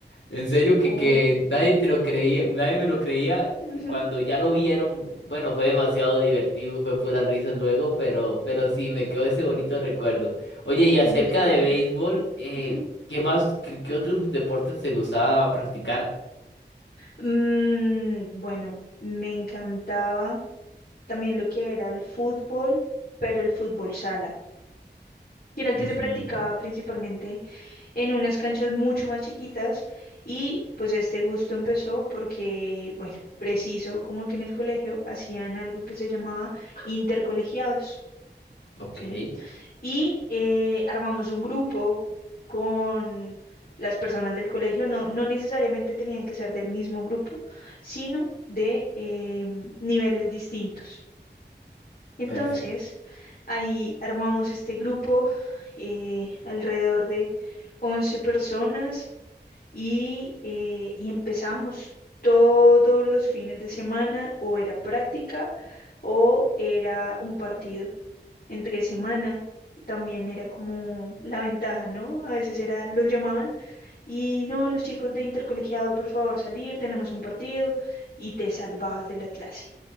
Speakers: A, on the left (about 85°); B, on the left (about 50°).
A: En serio que,
B: Oh.
A: que nadie te lo creía, nadie me lo creía
B: Ujú.
A: y cuando ya lo vieron, bueno, fue demasiado divertido, fue pura risa luego, pero, pero sí, me quedó ese bonito recuerdo. Oye, y acerca
B: Increíble.
A: de béisbol, eh,
B: Ujú.
A: ¿qué más, qué, qué otros deportes te gustaba practicar?
B: Mm, bueno, me encantaba también lo que era el fútbol, pero el fútbol sala, que era el que
A: Ujú,
B: se practicaba principalmente en unas canchas mucho más chiquitas y pues este gusto empezó porque, bueno, preciso, como que en el colegio hacían algo que se llamaba intercolegiados,
A: Ok,
B: ¿sí? y eh, armamos un grupo con las personas del colegio. No, no necesariamente tenían que ser del mismo grupo, sino de em, niveles distintos. Entonces,
A: perfecto.
B: ahí armamos este grupo eh, alrededor de 11 personas y, eh, y empezamos todos los fines de semana o era práctica o era un partido entre semana. También era como la ventaja, ¿no? A veces era, los llamaban y no, los chicos de intercolegiado, por favor, salir, tenemos un partido y te salvabas de la clase.